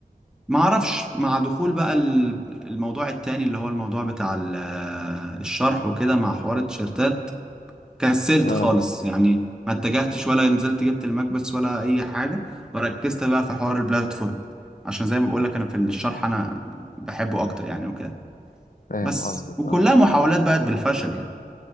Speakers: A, in the centre; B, on the left.
A: ما اعرفش مع دخول بقى ال- الموضوع التاني اللي هو الموضوع بتاع ال- الشرح وكده مع حوار التيشيرتات كسلت
B: اه
A: خالص يعني ما اتجهتش ولا نزلت جبت المكبس ولا اي حاجه وركزت بقى في حوار البلاتفورم عشان زي ما بقول لك انا في الشرح انا بحبه اكتر يعني وكده
B: فاهم
A: بس
B: قصدك
A: وكلها
B: اه
A: محاولات بقت بالفشل يعني